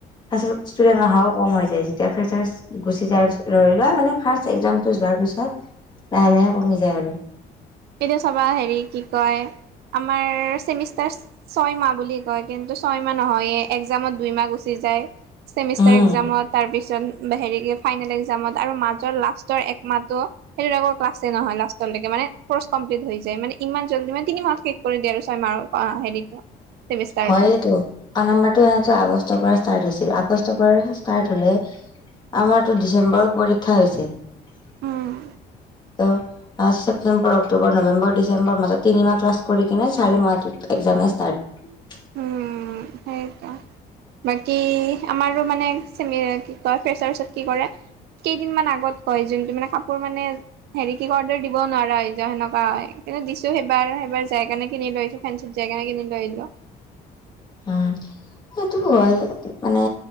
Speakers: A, on the left; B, on the right.
A: তাৰপিছত ষ্টুডেন্ট অহাও কম হৈ যায় যেতিয়া ফেচাচ গুচি যায় ধৰি লোৱা মানে ফাৰ্ষ্ট যোৱাৰ পিছত পিছত লাহে লাহে কমি যায় আৰু
B: এতিয়া চবা হেৰি কি কয় আমাৰ চেমিষ্টাৰ ছয় মাহ বুলি কয়। কিন্তু ছয় মাহ নহয়ে এক্সজামত দুই মাহ গুচি যায়। চেমিষ্টাৰ
A: উম
B: এক্সজামত তাৰ পিছত। হেৰি ফাইনেল এক্সজামত আৰু মাজৰ লাষ্টৰ একমাহটো সেইটোত আকৌ ক্লাছে নহয় লাষ্টলৈকে মানে। কৰ্চ কমপ্লিট হৈ যায় মানে ইমান জল্দি মানে তিনি মাহত শেষ কৰি দিয়ে আৰু ছয় মাহৰ হেৰিটো চেমিষ্টাৰটো
A: হয়েতো ক নাম্বাৰটো সিহঁতৰ আগষ্টৰ পৰা ষ্টাৰ্ট হৈছে। আগষ্টৰ পৰা ষ্টাৰ্ট হ'লে আমাৰটো ডিচেম্বৰত পৰীক্ষা হৈছিল। <unintelligible>
B: উম
A: ত' ছেপ্তেম্বৰ অক্টোবৰ নৱেম্বৰ ডিচেম্বৰ মাজত তিনিমাহ ক্লাছ কৰি কিনে চাৰি মাহত এজামে ষ্টাৰ্ট
B: উম সেইটো বাকী আমাৰো মানে চ কি কয় ফ্ৰেচাচত কি কৰে। কেইদিনমান আগত কয় যোনটো মানে কাপোৰ মানে হেৰি কি অৰ্ডাৰ দিব নোৱাৰা হয় যায় সেনেকুৱা হয়। কিন্তু দিছো সেইবাৰ সেইবাৰ যায় কেনে কিন লৈ আহিছো ফেঞ্চিত যায় কেনে কিনি লৈ আহিলো।
A: উম, সেইটো হয়। মানে